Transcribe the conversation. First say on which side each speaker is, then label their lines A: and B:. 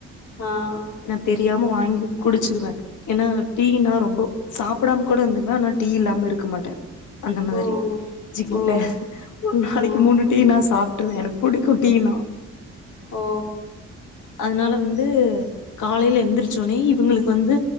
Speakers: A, on the left; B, on the left.
A: ஆ ஆ
B: நா தெரியாம வாங்கி குடிச்சுக்குவே ஏன்னா டீனா ரொம்ப சாப்படாம கூட இருந்துக்குவ ஆனா டீ இல்லாம இருக்க மாட்டே அந்த மாதிரி
A: ம்
B: ஜிங்ளே
A: ம்
B: ஒரு நாளைக்கு
A: ம்
B: மூனு டீ நா சாப் எனக்கு புடிக்கு டீ னா
A: ஓ
B: அதனால வந் து காலையில எந்திரிச்ச ஒடனயு இவங்களுக்கு வந்து